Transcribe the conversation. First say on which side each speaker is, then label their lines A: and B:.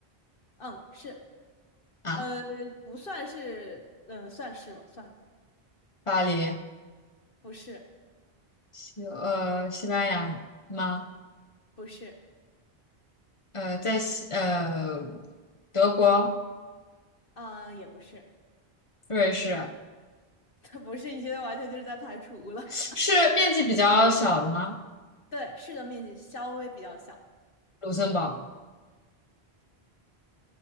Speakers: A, on the left (about 60°); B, on the left (about 30°).
A: 嗯，是，
B: 啊，
A: 呃，不算是，嗯，算是吧，算，
B: 巴黎，
A: 不是，
B: 西欧呃西班牙吗？
A: 不是，
B: 呃，在西呃德国、
A: 啊、也不是，
B: 瑞士
A: <laughs> 它不是，你现在完全就是在排除了。
B: 是面积比较小的吗？
A: <laughs> 对，是的面积稍微比较小，
B: 卢森堡